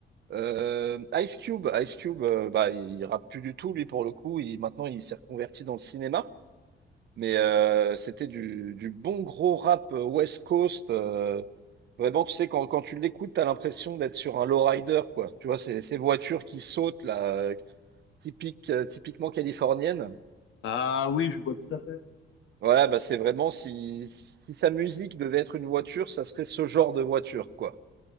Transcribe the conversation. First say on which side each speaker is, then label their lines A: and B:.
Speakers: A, on the right; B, on the left.
A: Euh, Ice Cube, Ice Cube, euh, bah, il rappe plus du tout lui pour le coup. Il, maintenant, il s'est reconverti dans le cinéma. Mais euh, c'était du, du bon gros rap euh, West Coast. euh, vraiment, tu sais, quand, quand tu l'écoutes, t'as l'impression d'être sur un lowrider, quoi. Tu vois, ces, ces voitures qui sautent, là, euh, typique, euh, typiquement californienne.
B: Ah oui, je vois tout à fait.
A: Voilà, bah c'est vraiment si, si sa musique devait être une voiture, ça serait ce genre de voiture, quoi.